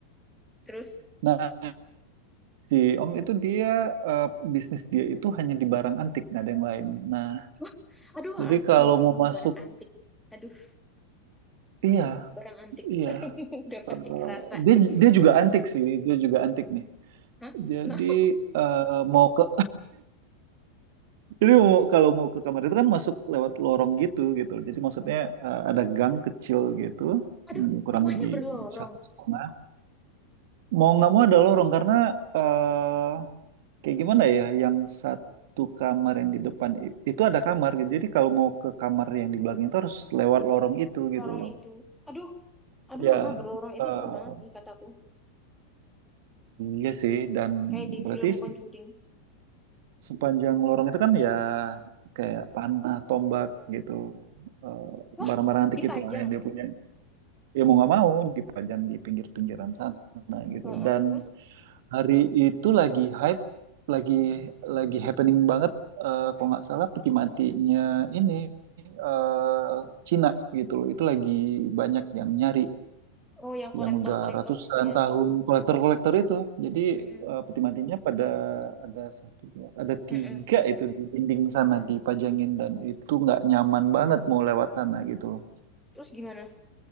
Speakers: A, in the centre; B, on the right.
A: Terus,
B: Nah, Si Om itu dia eh, bisnis dia itu hanya di barang antik, nggak ada yang lain. Nah,
A: wah, aduh
B: jadi
A: ab-
B: kalau
A: ngomong-ngomong
B: mau masuk,
A: barang antik. Aduh,
B: iya,
A: barang antik
B: iya.
A: <laughs> serem. Udah pasti
B: Eh,
A: kerasa
B: dia
A: nih.
B: dia juga antik sih, dia juga antik nih.
A: Hah?
B: Jadi
A: Kenapa?
B: eh, mau ke <laughs> jadi mau, kalau mau ke kamar itu kan masuk lewat lorong gitu gitu. Jadi maksudnya eh, ada gang kecil gitu,
A: Aduh,
B: hmm, kurang
A: rumahnya
B: lebih
A: berlorong.
B: satu setengah. Mau nggak mau ada lorong karena eh, kayak gimana ya, yang satu kamar yang di depan i- itu ada kamar gitu. Jadi kalau mau ke kamar yang di belakang itu harus lewat lorong itu gitu
A: Lorong
B: loh.
A: itu. Aduh, aduh
B: Ya,
A: rumah berlorong itu
B: eh,
A: serem banget sih kataku.
B: iya sih. Dan
A: Kayak di
B: berarti
A: film Conjuring.
B: se- sepanjang lorong itu kan ya kayak panah, tombak gitu, eh,
A: Wah,
B: barang-barang antik
A: dipajang.
B: itulah yang dia punya. Ya mau nggak mau dipajang di pinggir-pinggiran sana gitu.
A: Heeh,
B: Dan
A: Terus,
B: Hari itu lagi hype, lagi lagi happening banget. eh kalau nggak salah peti matinya ini eh Cina gitu loh. Itu lagi banyak yang nyari,
A: oh yang kolektor-kolektor
B: yang udah ratusan
A: gitu ya.
B: tahun kolektor-kolektor itu. Jadi
A: Heeh,
B: eh, peti matinya pada ada satu, dua, ada
A: heeh.
B: tiga itu di dinding sana dipajangin dan itu nggak nyaman banget mau lewat sana gitu loh.
A: Terus gimana?